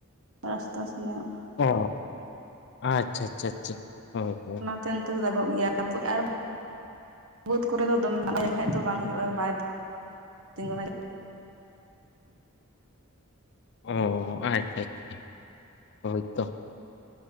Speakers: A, on the right; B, on the left.
A: ᱨᱟᱥᱛᱟ ᱥᱮᱱᱟᱜ,
B: ᱚ ᱟᱪᱪᱷᱟ ᱪᱷᱟ ᱪᱷᱟ ᱦᱚ ᱦᱚ᱾
A: ᱟᱯᱮ ᱚᱱᱛᱮ ᱫᱚ ᱫᱟᱜᱚᱜ ᱜᱮᱭᱟ ᱟᱨ ᱵᱟᱹᱫᱽ ᱠᱚᱨᱮ ᱫᱚ ᱫᱚᱢᱮ ᱫᱟᱭ ᱞᱮᱱᱠᱷᱟᱡ ᱫᱚ ᱵᱟᱝ ᱦᱩᱭᱩᱜᱼᱟ ᱵᱟᱭ ᱛᱤᱜᱩᱱᱟ
B: ᱚ ᱟᱪᱪᱷᱟ ᱟᱪᱪᱷᱟ ᱦᱳᱭᱛᱚ᱾